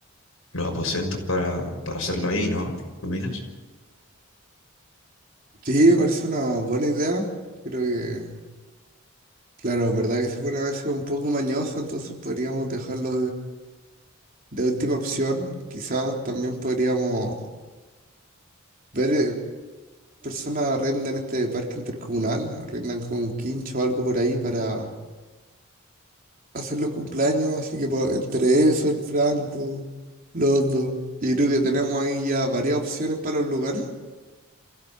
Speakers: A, on the left (about 80°); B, on the right (about 40°).
A: los aposentos para, para hacerlo ahí, ¿no? ¿Qué opinas?
B: Sí, me parece una buena idea. Creo que, claro, es verdad que se pone a veces un poco mañoso, entonces podríamos dejarlo De última opción, quizás también podríamos ver eh, personas arrendan este parque intercomunal, arrendan con un quincho o algo por ahí para hacer los cumpleaños, así que po- entre eso, el Franco, los dos, yo creo que tenemos ahí ya varias opciones para los lugares.